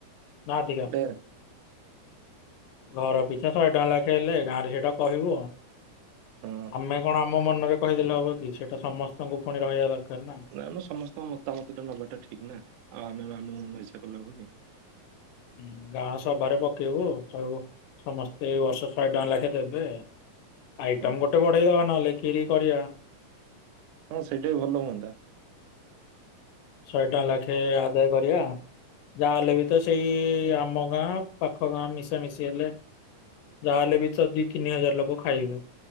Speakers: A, on the left; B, on the right.
A: ନା ଅଧିକା
B: ଢେର
A: ଘର ପିଛା ଶହେ ଟଙ୍କା ଲେଖେ ହେଲେ ଗାଁରେ ସେଇଟା କହିବୁ
B: ହଁ।
A: ଆମେ କଣ ଆମ ଆମ ମନରେ କହିଦେଲେ ହବ କି ସେଇଟା ସମସ୍ତଙ୍କୁ ପୁଣି ରହିବା ଦରକାର ନା।
B: ନାଇଁମ ଆମେ ସମସ୍ତଙ୍କ ମତାମତ ଟା ନବାଟା ଠିକ୍ ନା ଆଉ ଆମେ ଆମ ମନ ଇଚ୍ଛା କଲେ ହବ କି?
A: ହୁଁ ଗାଁ ସଭାରେ ପକେଇବୁ କହିବୁ ସମସ୍ତେ ଏଇ ବର୍ଷ ଶହେ ଟଙ୍କା ଲାଖେ ଦେବେ ଆଇଟମ
B: ହଁ।
A: ଗୋଟେ ବଢେଇ ଦବା ନହେଲେ ଖିରୀ କରିବା।
B: ହଁ ସେଇଟା ବି ଭଲ ହୁଅନ୍ତା।
A: ଶହେ ଟଙ୍କା ଲାଖେ ଆଦାୟ କରିବା। ଯାହାହଲେ ବି ତ ସେଇ ଆମ ଗାଁ ପାଖ ଗାଁ ମିଶାମିଶି ହେଲେ। ଯାହେଲେ ବି ତ ଦି ତିନି ହଜାର ଲୋକ ଖାଇବେ